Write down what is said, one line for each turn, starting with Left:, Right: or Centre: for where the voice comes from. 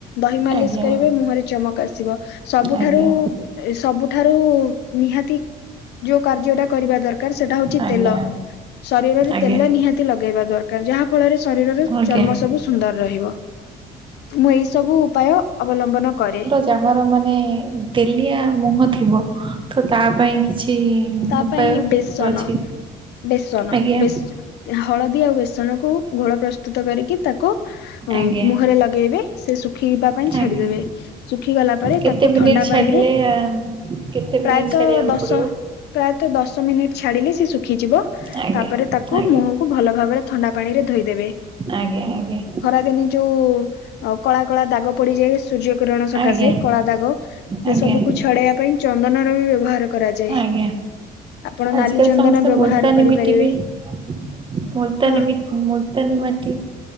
Left: ଦହି ମାଲିସ୍
Right: ଆଜ୍ଞା
Left: କରିବେ
Right: ଆଜ୍ଞା
Left: ମୁହଁରେ ଚମକ ଆସିବ ସବୁଠାରୁ
Right: ଆଜ୍ଞା
Left: ସବୁଠାରୁ ନିହାତି ଯୋଉ କାର୍ଯ୍ୟଟା କରିବା ଦରକାର ସେଟା ହଉଛି
Right: ଆଜ୍ଞା
Left: ତେଲ ଶରୀରରେ
Right: ଆଜ୍ଞା
Left: ତେଲ ନିହାତି ଲଗେଇବା ଦରକାର ଯାହା ଫଳରେ ଶରୀରର
Right: ଆଜ୍ଞା
Left: ଚର୍ମ ସବୁ ସୁନ୍ଦର ରହିବ ମୁଁ ଏଇ ସବୁ ଉପାୟ ଅବଲମ୍ବନ କରେ।
Right: କାହାର ମାନେ ତେଲିଆ ମୁହଁ ଥିବ ତ ତା ପାଇଁ କିଛି
Left: ତା
Right: ଉପାୟ
Left: ପାଇଁ ବେସନ
Right: ଅଛି
Left: ବେସନ
Right: ଆଜ୍ଞା
Left: ବେସ୍ ହଳଦୀ ଆଉ ବେସନକୁ ଘୋଳ ପ୍ରସ୍ତୁତ କରିକି ତାକୁ
Right: ଆଜ୍ଞା
Left: ମୁହଁରେ ଲଗେଇବେ ସେ ଶୁକ୍ ଶୁଖିବା ପାଇଁ ଛାଡିଦେବେ
Right: ଆଜ୍ଞା
Left: ଶୁଖି ଗଲା ପରେ
Right: କେତେ
Left: ତାକୁ
Right: ମିନିଟ
Left: ଥଣ୍ଡା
Right: ଛାଡିଲେ
Left: ପାଣିରେ
Right: କେତେ ମିନିଟ
Left: ପ୍ରାୟତଃ
Right: ଛାଡିବାକୁ
Left: ଦଶ
Right: ପଡିବ?
Left: ପ୍ରାୟତଃ ଦଶ ମିନିଟ ଛାଡିଲେ ସେ ଶୁଖିଯିବ
Right: ଆଜ୍ଞା
Left: ତାପରେ ତାକୁ ମୁହଁ କୁ ଭଲ ଭାବରେ ଥଣ୍ଡା ପାଣିରେ ଧୋଇଦେବେ।
Right: ଆଜ୍ଞା ଆଜ୍ଞା।
Left: ରେନି ଯୋଉ ଅ କଳା କଳା ଦାଗ ପଡିଯାଇ ସେ ସୂର୍ଯ୍ୟ କିରଣ ସକାଶେ
Right: ଆଜ୍ଞା
Left: କଳା ଦାଗ ସେ
Right: ଆଜ୍ଞା ଆଜ୍ଞା
Left: ସବୁକୁ ଛଡେଇବା ପାଇଁ ଚନ୍ଦନ ର ବି ବ୍ୟବହାର କରାଯାଏ।
Right: ଆଜ୍ଞା
Left: ଆପଣ
Right: ଆଜିକାଲି
Left: ନାଲି ଚନ୍ଦନ
Right: ସମସ୍ତେ
Left: ବ୍ୟବହାର
Right: ମୁଲତାନୀମିଟି
Left: କରିପାରିବେ
Right: ବି ମୁଲତାନୀମି
Left: ହଁ
Right: ମୁଲତାନୀମାଟି